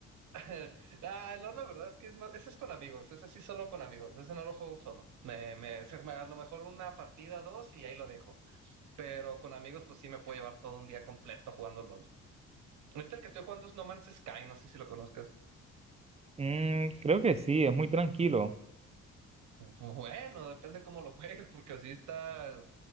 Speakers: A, on the right; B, on the right.
A: <laughs> Ah, no, la verdad es que es más, ese es con amigos, ese sí solo con amigos, ese no lo juego solo. Me, me, se- me- a lo mejor una partida, dos y ahí lo dejo. Pero con amigos, pues sí me puedo llevar todo un día completo jugando LOL. Ahorita el que estoy jugando es No Man's Sky, no sé si lo conozcas.
B: Mm, creo que sí, es muy tranquilo.
A: Bueno, depende cómo lo juegues, porque así está.